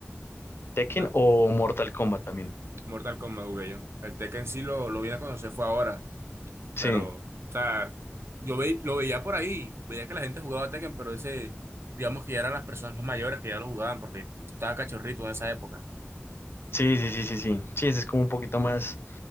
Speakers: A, on the left (about 60°); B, on the right (about 70°).
A: Tekken
B: Una,
A: o Mortal Kombat también.
B: Mortal Kombat jugué yo. El Tekken sí lo, lo vine a conocer fue ahora.
A: Sí,
B: Pero, o sea, yo ve- lo veía por ahí, veía que la gente jugaba Tekken, pero ese, digamos que ya eran las personas más mayores que ya lo jugaban, porque estaba cachorrito en esa época.
A: Sí, sí, sí, sí, sí. Sí, ese es como un poquito más,